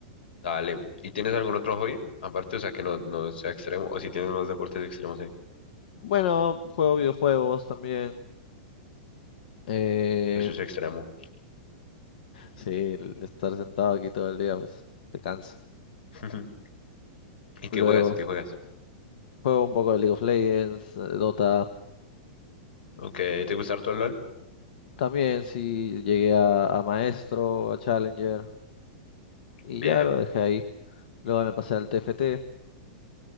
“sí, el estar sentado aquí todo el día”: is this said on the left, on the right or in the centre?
Left